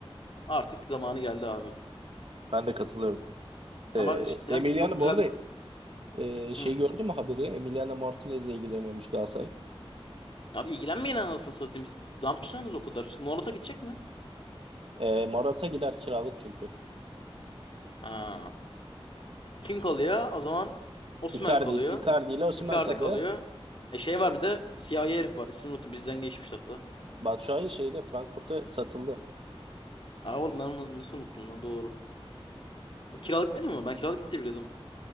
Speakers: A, on the left (about 60°); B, on the right (about 70°).
A: artık zamanı geldi abi.
B: Ben de katılıyorum. Ee,
A: Ama cidden
B: Emiliano
A: çok güzel
B: bu arada
A: bir...
B: Ee, şey
A: Hı.
B: gördün mü haberi? Emiliano Martinez'le ilgileniyormuş Galatasaray.
A: Abi ilgilenmeyin anasını satayım. Biz Dampçı o kadar. Morata gidecek mi?
B: Ee, Morata gider kiralık çünkü.
A: Ha. Kim kalıyor? O zaman Osimhen
B: Icardi,
A: kalıyor.
B: Icardi ile Osimhen
A: Icardi
B: kalıyor.
A: kalıyor. E şey var bir de siyahi herif var. İsmini unuttum. Bizden geçmişti hatta.
B: Batshuayi şeyle Frankfurt'a satıldı.
A: Aa oğlum ben onu nasıl unuttum lan doğru. O kiralık mıydı mı? Ben kiralık gitti biliyordum.